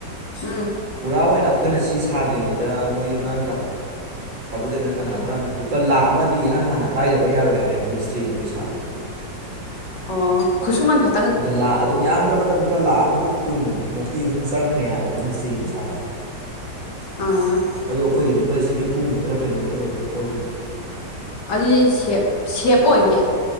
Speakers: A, on the left (about 70°); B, on the right (about 75°).
A: ꯎꯝ
B: ꯄꯨꯔꯥ ꯑꯣꯏꯅ ꯑꯩꯈꯣꯏꯅ ꯁꯤ ꯁꯥꯗ꯭ꯔꯤꯉꯩꯗ ꯃꯣꯏ ꯌꯨꯝꯅꯥꯝ ꯀꯥ ꯕꯨꯖꯦꯅ ꯀꯅꯥ ꯂꯨꯄꯥ ꯂꯥꯛ ꯑꯃꯗꯤ ꯏꯍꯥꯟ ꯍꯥꯟꯅ ꯄꯥꯏꯗꯕ ꯌꯥꯔꯣꯏ ꯍꯥꯏꯌꯦꯕ ꯃꯤꯁꯇ꯭ꯔꯤꯒꯤ ꯄꯩꯁꯥꯗꯨ
A: ꯑꯣ ꯈꯨꯨꯁꯨꯃꯟ ꯈꯠ
B: ꯑꯗꯣ ꯂꯥꯛ ꯑꯗꯨꯝ ꯌꯥꯝꯗ꯭ꯔꯕꯗ ꯂꯨꯄꯥ ꯂꯥꯈ ꯑꯃꯒ ꯀꯨꯟꯃꯨꯛ ꯇꯤ ꯑꯗꯨꯝ ꯆꯪꯉꯅꯤ ꯍꯥꯏꯕꯅꯦ ꯃꯤꯁꯇ꯭ꯔꯤꯒꯤ ꯄꯩꯁꯥꯗ
A: ꯑꯥ
B: ꯑꯗꯣ ꯑꯩꯈꯣꯏꯗꯤ ꯂꯨꯄꯥ ꯂꯤꯁꯤꯡ ꯅꯤꯐꯨꯃꯨꯛꯇꯔ ꯀꯩꯅꯣꯇꯅꯦꯕ ꯑꯣꯏꯒꯤꯕꯗꯣ
A: ꯑꯗꯨꯗꯤ ꯁꯦꯞ ꯁꯦꯞ ꯑꯣꯏꯅꯦ